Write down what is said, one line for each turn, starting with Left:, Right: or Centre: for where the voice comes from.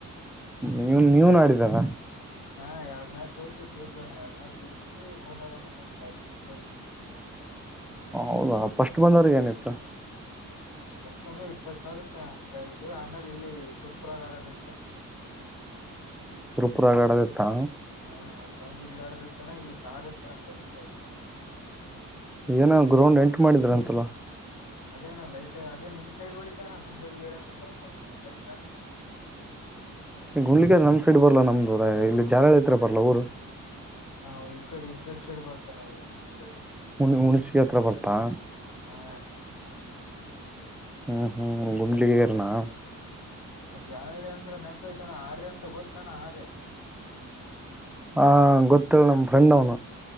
Centre: ನೀವು ನೀವನ್ ಆಡಿದರ
Left: ಹಾ ಎರಡ್ ಮ್ಯಾಚ್ ಸೋತವಿ ಸೋತೋಣ ಎರಡ್ ಮ್ಯಾಚ್ ಗ್ದಿದ್ವಿ ಮುರುನೆ ಮ್ಯಾಚ್ ರೌಂಡ್ ಗ ಸೋತ್ವಿ <unintelligible>
Centre: ಹೌದಾ ಫಸ್ಟ್ ಬಂದವ್ರಗೆ ಏನಿತ್ತು
Left: ಪಸ್ಟ್ ಬಂದೋವ್ರ್ ಇಪ್ಪತ್ ಸಾವಿರ ಇತ್ತ ಪ್ರೈಸ್ ಆಮೇಲೆ ಇಲ್ಲಿ ಸುಪ್ರಾಗ್ ಆಡದತ್ತ <unintelligible>
Centre: ಸೂಪರ್ ಆಗಿ ಆಡೋದ ಇತ್ತಾ
Left: ಹಾ ಅಲ್ಲಿ ಬಂದ್ ಇಲ್ಲ ಆಡದ ಇತ್ತ ಅಣ್ಣ ಇಲ್ಲಿ ಕಾರ್ ಇತ್ತ ಅಣ್ಣ ಫಸ್ಟ್ ಪ್ರೈಸ್
Centre: ಏನ ಗ್ರೌಂಡ್ ಎಂಟ ಮಾಡಿದ್ರ ಅಂತಲ್ಲ
Left: ಅದೇಣ್ಣ ಲೈಟ್ ಅದೇ ನಿಮ್ ಸೈಡ್ ಹೊಡಿತಣ್ಣ ಗುಂಡಲ್ಗೇರ್ ಅಂತ ಬರ್ತ್ ಗೊತ್ತು ಅಣ್ಣಾ
Centre: ಈ ಗುಂಡ್ಲಿಗ ನಮ್ ಸೈಡ್ ಬರ್ಲ್ಲಾ ನಮ್ದು ಇಲ್ಲಿ ಜಾಲಳ್ಳಿ ಹತ್ರ ಬರ್ಲ್ಲಾ ಊರು
Left: ಹಾ ಈ ಕಡೆ ಈ ಕಡೆ ಸೈಡ್ ಬರ್ತೇನೋ ಆದ ಹುಣಸಗಿ ಸೈಡ್
Centre: ಹುಣಸಗಿ ಸೈಡ್ ಬರ್ತಾ
Left: ಹಾ
Centre: ಹ್ಮ್ ಹ್ಮ್ ಗುಂಡಲಿಗೆರಿ ನಾ
Left: ಅ ಜಾಲಳ್ಳಿ ಅಂದ್ರೆ ನೆನಪ ಐತಿ ಏನ್ ಅಣ್ಣ ಆರ್ಯ ಅಂತ ಗೊತ್ತ ಏನು ಅಣ್ಣ ಆರ್ಯ
Centre: ಹ ಗೊತ್ತ ಏಳು ನಮ್ಮ ಫ್ರೆಂಡ್ ಅವನು